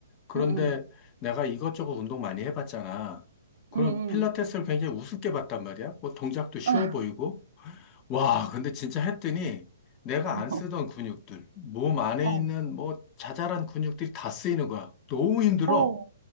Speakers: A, on the left (about 30°); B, on the right (about 60°).
A: 그런데
B: 응, 응,
A: 내가 이것저것 운동 많이 해봤잖아. 그럼
B: 응, 응.
A: 필라테스를 굉장히 우습게 봤단 말이야. 뭐 동작도 쉬워
B: 아,
A: 보이고. 와, 근데 진짜 했더니 내가
B: <laughs>
A: 안 쓰던 근육들, 몸 안에
B: 어, 어,
A: 있는 뭐 자잘한 근육들이 다 쓰이는 거야. 너무 힘들어.
B: 어.